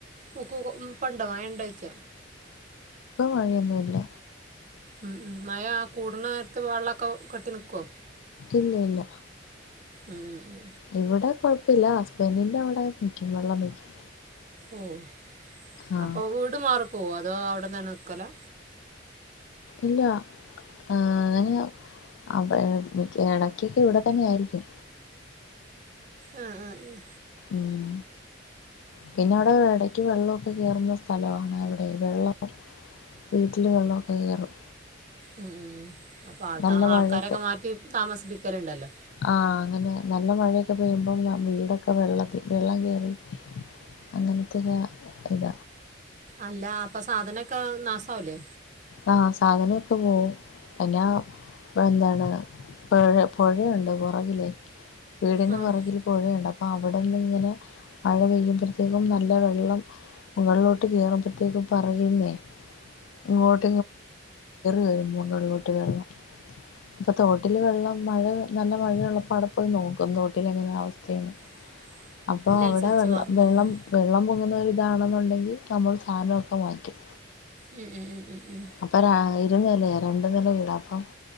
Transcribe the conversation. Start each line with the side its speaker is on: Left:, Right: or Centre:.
Right: ഊക്കൂകു പ്പണ്ട മഴണ്ടോയ്ച്ച?
Left: മഴയൊന്നൂല്ല.
Right: ഉം ഉം മഴ ആ കൂട്ണ നേര്ത്ത് വള്ളക്കെ കെട്ടി നിക്കോ?
Left: ഇല്ല ഇല്ല
Right: ഉം ഉം
Left: ഇവ്ടെ കൊഴ്പ്പല്ലാ ഹസ്ബന്റ്ന്റെ അവ്ടെ നിയ്ക്കും വെള്ളം നിയ്ക്കും.
Right: ഓഹ്
Left: ആ
Right: അപ്പോ വീട് മാറി പോവോ അതോ അവ്ടെന്നന്നേ നിക്കലാ?
Left: ഇല്ലാ ആ അങ്ങനെയാ അപ്പ എടയ്ക്കെക്കെ ഇവ്ടെ തന്നെ ആയിരിക്കും.
Right: ആഹ് ആഹ് ആഹ്
Left: ഉം പിന്നെ അവ്ടെ എടയ്ക്ക് വെള്ളമൊക്കെ കേറുന്ന സ്ഥലമാണ് അവിടെ വെള്ളം വീട്ട്ല് വെള്ള ഒക്കെ കേറും.
Right: ഉം ഉം അപ്പൊ ആൾ
Left: നല്ല
Right: ആൾക്കാരൊക്കെ
Left: മഴയൊക്കെ
Right: മാറ്റി താമസിപ്പിക്കല്ണ്ടല്ലോ?
Left: ആ അങ്ങനെയാ നല്ല മഴയൊക്കെ പെയ്യുമ്പം വീടൊക്കെ വെള്ളത്തി വെള്ളം കേറി അങ്ങനത്തെക്ക ഇത.
Right: അല്ല അപ്പൊ സാധനൊക്കെ നാസാവ് ലേ
Left: ആ സാധനൊക്കെ പോവും അയ്നാ എന്താണ് പൊഴ പൊഴയുണ്ട് പൊറകിലേയ് വീടിന്റെ
Right: ആഹ്
Left: പൊറകില് പുഴയുണ്ട് അപ്പ അവടെന്ന് ഇങ്ങനെ മഴ പെയ്യുമ്പഴത്തേക്കും നല്ല വെള്ളം മുകളിലോട്ട് കേറുമ്പത്തേക്കും പറയുന്നേ ഇങ്ങോട്ട് കേറും മുകൾലോട്ട് വെള്ളം ഇപ്പൊ തോട്ടില് വെള്ളം മഴ നല്ല മഴയുള്ളപ്പോ അവ്ടെ പോയി നോക്കും തോട്ടിൽ എങ്ങനെ അവസ്ഥയെന്ന്.
Right: <inaudible>
Left: അപ്പോ
Right: അതിനനുസരിച്ച്
Left: അവ്ടെ വെള്ളം
Right: മാറിക്കാരല്ലേ
Left: വെള്ളം വെള്ളം പൊങ്ങുന്നരിതാണെന്നുണ്ടെങ്കി നമ്മൾ സാനൊക്കെ മാറ്റും.
Right: ഉം ഉം ഉം ഉം ഉം
Left: അപ്പൊ രാ ഇരുനിലേ രണ്ടു നില വീടാ അപ്പം